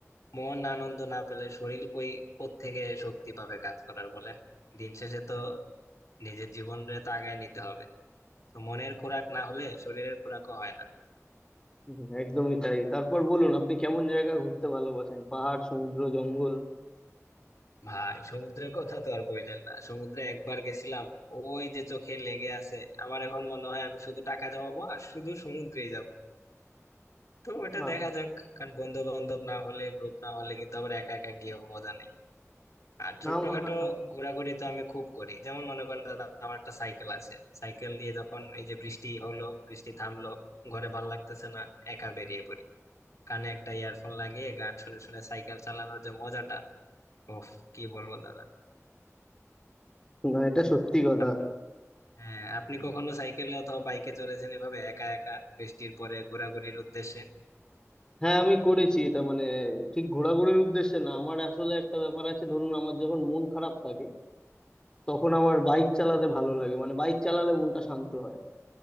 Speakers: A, on the left; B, on the left.
A: মন আনন্দ না পেলে শরীর কই কোত্থেকে শক্তি পাবে কাজ করার বলেন দিন শেষে তো নিজের জীবনে তো আগায় নিতে হবে তো মনের খোরাক না হলে শরীরের খোরাকও হয় না
B: হুম, একদমই তাই তারপর বলুন আপনি কেমন জায়গা ঘুরতে ভালোবাসেন পাহাড় সমুদ্র জঙ্গল
A: ভাই সমুদ্রের কথা তো আর বললেন না সমুদ্রে একবার গেছিলাম ওই যে চোখে লেগে আছে আমার এখন মনে হয় আমি শুধু টাকা জমাবো আর শুধু সমুদ্রেই যাব তো ওটা
B: বা
A: দেখা যাক কারণ বন্ধু বান্ধব না হলে গ্রুপ না হলে কিন্তু আবার একা একা গিয়েও মজা নেই আর ছোটখাটো
B: না
A: ঘোরাঘুরি তো আমি খুব করি যেমন মনে করেন দাদা আমার একটা সাইকেল আছে সাইকেল দিয়ে যখন এই যে বৃষ্টি হলো বৃষ্টি থামলো ঘরে ভাল লাগতেছে না একা বেরিয়ে পড়ি কানে একটা ইয়ারফোন লাগিয়ে গান শুনে শুনে সাইকেল চালানোর যে মজাটা ওফ কি বলবো দাদা
B: না এটা সত্যি কথা
A: আপ- হ্যাঁ আপনি কখনো সাইকেলে অথবা বাইকে চড়েছেন এভাবে একা একা বৃষ্টির পরে ঘোরাঘুরির উদ্দেশ্যে
B: হ্যাঁ আমি করেছি এটা মানে ঠিক ঘোরাঘুরির উদ্দেশ্যে না আমার আসলে একটা ব্যাপার আছে ধরুন আমার যখন মন খারাপ থাকে তখন আমার বাইক চালাতে ভালো লাগে মানে বাইক চালালে মনটা শান্ত হয়